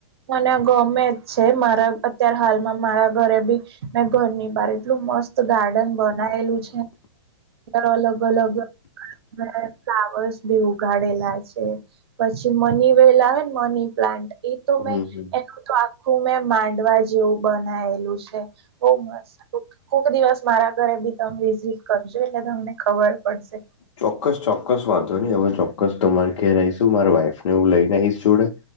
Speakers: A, on the right; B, on the left.
A: મને આ ગમે જ છે, મારા અત્યારે હાલમાં મારા ઘરે બી મેં ઘરની બાર એટલું મસ્ત ત ગાર્ડન બનાયેલું છે. અલગ-અલગ <inaudible> ફ્લાવર્સ બી ઊગ ગાડેલા છે. પછી મની વેલા આવેન મની પ્લાન્ટ એ તો મેં
B: હમ હમ
A: એનું તો આખું મેં માંડવા જેવું બનાયેલું છે. બહુ મસ્ત. કોક કોક દિવસ મારા ઘરે બી તમે વિઝિટ કર જો એટલે તમને ખબર પડશે.
B: ચોક્કસ-ચોક્કસ, વાંધો નહીં. હવે ચોક્કસ તમારે ઘેર આવીશ હું, મારા વાઈફ ને હું લઈને આઈશ જોડે.